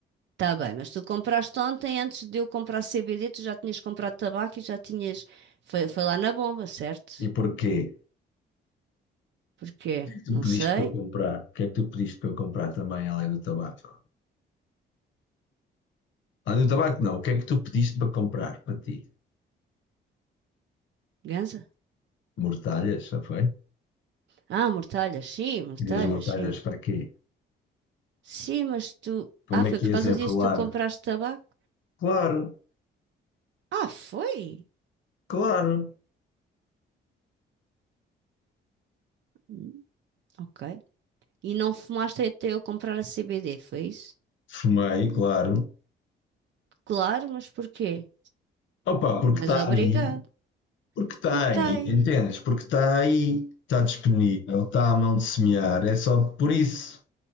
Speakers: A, on the right; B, on the left.
A: Tá bem, mas tu compraste ontem, antes de eu comprar CBD, tu já tinhas comprado tabaco e já tinhas. Foi, foi lá na bomba, certo?
B: E porquê? O
A: Porquê?
B: que é que tu
A: Não
B: pediste
A: sei.
B: para eu comprar? O que é que tu pediste para eu comprar também, além do tabaco? Além do tabaco, não. O que é que tu pediste para comprar para ti?
A: Ganza?
B: Mortalhas, já foi?
A: Ah, mortalhas, sim, mortalhas,
B: Querias mortalhas
A: sim.
B: para quê?
A: Sim, mas tu.
B: Como
A: Ah, foi
B: é que
A: por
B: ias
A: causa
B: enrolar?
A: disso que tu compraste tabaco?
B: Claro,
A: Ah, foi?
B: claro.
A: Hum, Ok. E não fumaste até eu comprar a CBD, foi isso?
B: Fumei, claro.
A: Claro, mas porquê?
B: Opa, porque
A: Não
B: está
A: és obrigado.
B: ali Porque está
A: Porque
B: aí,
A: tem.
B: entendes? Porque está aí, está disponível, está à mão de semear, é só por isso.